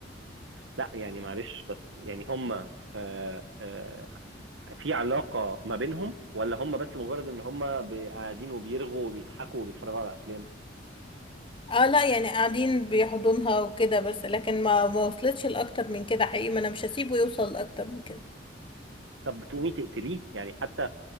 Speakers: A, on the right; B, on the left.
A: لا يعني معلش بس يعني هم آه آه في علاقه ما بينهم ولا هم بس مجرد ان هم قاعدين وبيرغوا وبيضحكوا وبيتفرجوا على افلام
B: اه لا يعني قاعدين بيحضنها وكده بس لكن ما ما وصلتش لأكتر من كده حقيقي ما انا مش هسيبه يوصل لأكتر من كده
A: طب بتقومي تقتليه يعني حتى